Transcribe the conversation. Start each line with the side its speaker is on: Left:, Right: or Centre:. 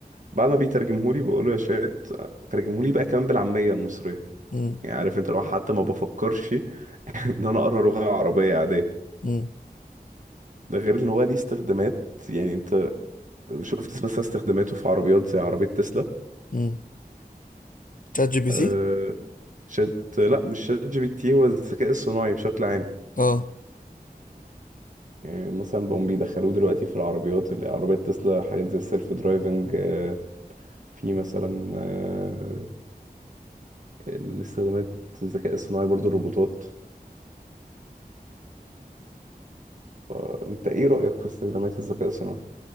Right: بعد ما بيترجمهولي بقوله يا شات ترجمهولي بقى كمان بالعامية المصرية
Left: مم.
Right: يعني عارف انت لو حتى ما بفكرش <laughs> ان انا اقرا لغة عربية
Left: مم.
Right: ده غير ان هو ليه استخدامات يعني انت شفت مثلا استخداماته في عربيات زي عربية تسلا
Left: مم. شات جي بي
Right: آه،
Left: تي؟
Right: شات لا مش شات جي بي تي هو الذكاء الصناعي بشكل عام
Left: اه
Right: يعني مثلا بقوا بيدخلوه دلوقتي في العربيات اللي عربيات تسلا حاجات زي السيلف درايفنج آه، في مثلا آه، الاستخدامات الذكاء الصناعي برضو الروبوتات فانت ايه رأيك في استخدامات الذكاء الصناعي؟